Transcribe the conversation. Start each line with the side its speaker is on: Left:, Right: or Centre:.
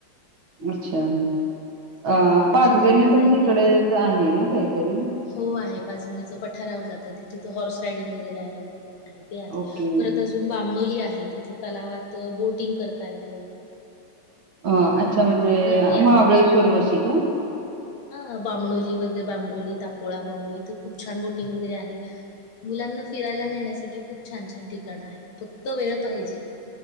Right: अच्छा अ
Left: त्यामुळे खूप
Right: पाचगणी
Left: सुधारणा झालेली
Right: पण तिकडेच
Left: आहे
Right: आहे ना काहीतरी
Left: हो आहे पाचगणीच पठारावर जातं तिथे तर हॉर्स रायडिंग वगैरे आहे आहे ते आहे
Right: ओके
Left: परत अजून बामणोली आहे तिथं तलावात बोटिंग करता येत
Right: अ अच्छा म्हणजे
Left: हे आ
Right: महाबळेश्वर
Left: हो
Right: वशी का
Left: हा बामणोली वगैरे बा, तापोळा, बामणोली इथे खूप छान बोटिंग वगैरे आहे मुलांना फिरायला नेण्यासाठी खूप छान छान ठिकाणं आहेत फक्त वेळ पाहिजे